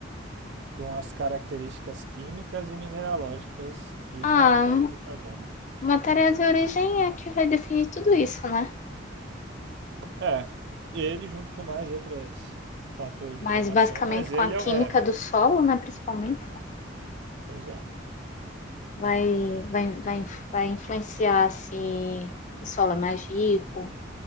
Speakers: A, on the right; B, on the left.
A: com as características químicas e mineralógicas e
B: ah,
A: com o acúmulo de carbono.
B: matéria de origem é que vai definir tudo isso, né?
A: É, ele junto com mais outros fatores
B: Mas
A: de formação,
B: basicamente
A: mas
B: com
A: ele
B: a química
A: é, é
B: do solo, né? Principalmente
A: pois é,
B: vai, vai, vai, vai influenciar se o solo é mais rico